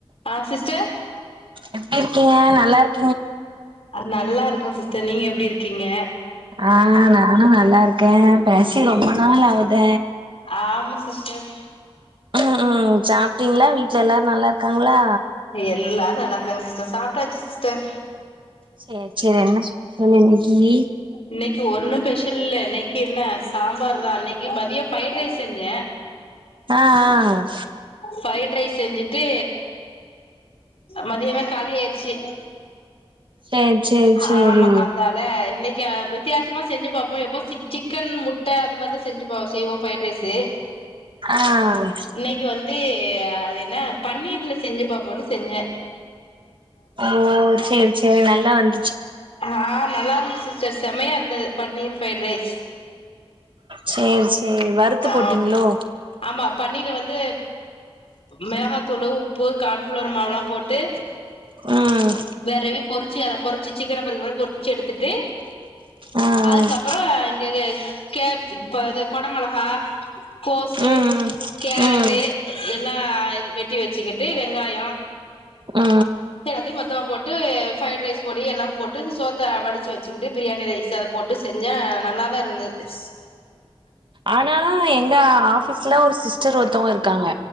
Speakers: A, on the left; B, on the right.
A: ஆ sister
B: எப்டி இருக்கீங்க நல்லா இருக்
A: நல்லா இருக்கோ சிஸ்டர் நீங்க எப்டி இருக்கீங்க
B: ஆ நானும் நல்லா இருக்க பேசி ரொம்ப நாள் ஆவுதே
A: ஆமா சிஸ்டர்
B: உம் சாப்ட்டீங்களா வீட்ல எல்லாரும் நல்லா இருக்காங்களா
A: எல்லாரும் நல்லா இருக்காங்க சிஸ்டர் சாப்ட்டாச்சு சிஸ்டர்
B: செரி சரி என்ன சாப்பாடு இன்னைக்கு
A: இன்னைக்கு ஒன்னு ஸ்பெஷல் இல்ல இன்னைக்கு என்ன சாம்பார் தா இன்னைக்கு மதியம் பஃரைட் ரைஸ் செஞ்ச
B: ஆ ஆ
A: பஃரைட் ரைஸ் செஞ்சுட்டு மதியமே காளி ஆயிச்சு
B: சேரி சேரி சேரி
A: ஆமா அந்த ளா இன்னிக்கு வித்தியாசமா செஞ்சு பாப்போம் எப்போ சிக்கன் முட்ட அந்த மாரிதா செஞ்சு பா செய்வோம் ஃப்ரைட் ரைஸ்சு
B: ஆ
A: இன்னைக்கு வந்து அது என்ன பன்னீர்ல செஞ்சு பாப்போம்னு செஞ்ச
B: ஓ செரி செரி நல்லா வந்
A: ஆ நல்லா இருந்து சிஸ்டர் செம்மயா இருந்தது பன்னீர் ஃபிரைட் ரைஸ்
B: செரி செரி வறுத்து
A: ஆ
B: போட்டீங்களோ
A: ஆமா பன்னீர் வந்து மிளகாத்தூள் உப்பு கன்ஃளோர் மாவுயெல்லா போ ட்டு
B: ம்
A: வெறவி பொறிச்சு அத பொறிச்சு சிக்கன பொறிக்க மாரி பொறிச்சு எடுத்துட்டு
B: ஆ ஆ
A: அதுக்கப்புறம் இங்கே கெ இப்ப அது குடமொளகா ஆ கோசு
B: ம்
A: கேரட்டு
B: ம்
A: எல்லா வெட்டி வச்சிக்கிட்டு வெங்காய
B: ஆ
A: அப்டியே எல்லாத்தயு மொத்தமா போட்டு ஃப்ரைட் ரைஸ் பொடி எல்லா போட்டு சோத்த வடிச்சு வச்சுக்கிட்டு பிரியாணி ரைஸ் சத போட்டு செஞ்ச நல்லாதா இருந்தது
B: ஆனா எங்க ஆஃபிஸ்ல ஒரு சிஸ் டர் ஒருத்தவங்க இருக்காங்க